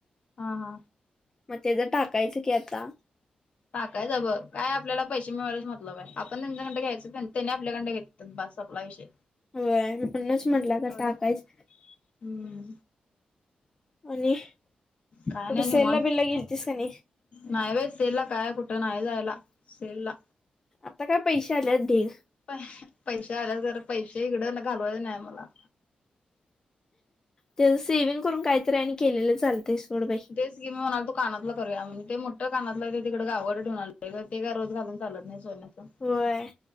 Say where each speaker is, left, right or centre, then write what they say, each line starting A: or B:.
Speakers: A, on the left; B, on the left.
A: हा हा
B: मग तेज टाकायचं की आता
A: टाकायच बघ काय आपल्याला पैशे मिळवण्याशी मतलब आहे आपण त्यांच्याकडं घ्यायच त्यांनी आपल्याकडं घेतात बास संपला विषय
B: होय म्हणूनच म्हटलं आता
A: एवढं
B: टाकायच
A: काय हम्म
B: आणि
A: काय
B: कुठे
A: नाही
B: सेलला
A: निवांत
B: बिलला गेलतीस कनी
A: नाही बई सेलला काय कुठं नाही जायला सेल ला
B: आता काय पैशे आल्यात ढीग
A: प पैशे आल्यात खर पैशे इकड घालवायच नाही मला
B: तेज सेव्हिंग करून काहीतरी आणि केलेलं चालतय सोड बई
A: तेच की मी म्हणाल तो कानातला करूया म्हण ते मोठ्या कानातला ते तिकडे गावाकड ठेऊन आलोय ग ते रोज घालून चालत नाही सोन्याच
B: होय